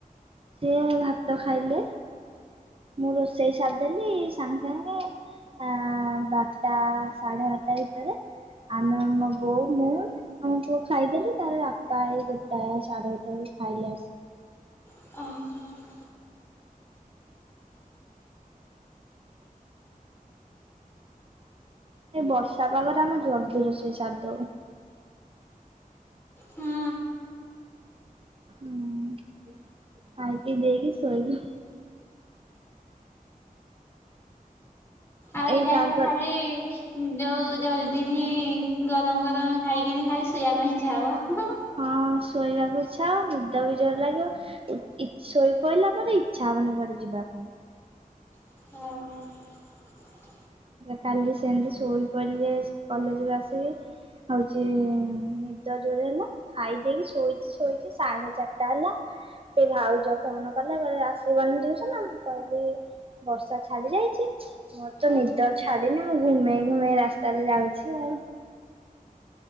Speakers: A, on the right; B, on the left.
A: ସିଏ ଭାତ ଖାଇଲେ ମୁଁ ରୋଷେଇ ସାରିଦେଲି ସାଙ୍ଗେ ସାଙ୍ଗେ। ଆ ବାପା ସାଢେ ଆଟା ଭିତରେ ଆମେ ମମ ବୋଉ ମୁଁ ଆଉ କ ଖାଇଦେଲେ ତାପରେ ବାପା ଏଇ ଗୋଟା ସାଡେ ଗୋଟା ବେୁ ଖାଇଲେ ଆସିବ
B: ଆହ।
A: ସେ ବର୍ଷା ପାଗରେ ଆମେ ଜଲ୍ଦି ରଷେଇ ସାରିଦଉ।
B: ହୁଁ
A: ହୁଁ ଖଇ ପି ଦେଇକି ଶୋଇବୁ।
B: ଆଉ ଏଇଟାମେ
A: ଏଇ ପାଗ
B: ଖାଲି ଯୋଉ ଜଲଦିିନି ଗରମ ଗରମ ଖାଇକିନି ଖାଲି ଶୋଇବା ପାଇଁ ଇଚ୍ଛା ହବ।
A: ହଁ ଶୋଇବାକୁ ଇଛା ହବ ନିଦ ବି ଜୋର ଲାଗିବ। ଶୋଇ ପଡିଲା ପରେ ଇଚ୍ଛା ହବନି କୁଆଡେ ଯିବା ପାଇଁ।
B: ହଁ।
A: କାଲି ସେମିତି ଶୋଇ ପଡ଼ିଲେ କଲେଜରୁୁ ଆସିକି। ହଉଛି ନିଦ ଜୋରେ ହେଲା। ଖାଇଦେଇକି ଶୋଇଛି ଶୋଇଛି ସାଢେ ଚାରିଟା ହେଲା ସେ ଭାଉଜ ଫୋନ କଲେ କହିଲେ ଆସିବନି ଟିଉଉସ ନା ମୁଁ କହିଲି ବର୍ଷା ଛାଡି ଯାଇଛି। ମୋର ତ
B: ହଁ।
A: ନିଦ ଛାଡିନି ମୁଁ ଘୁମେଇ ଘୁମେଇ ରାସ୍ତାରେ ଯାଉଛି ଆଉ।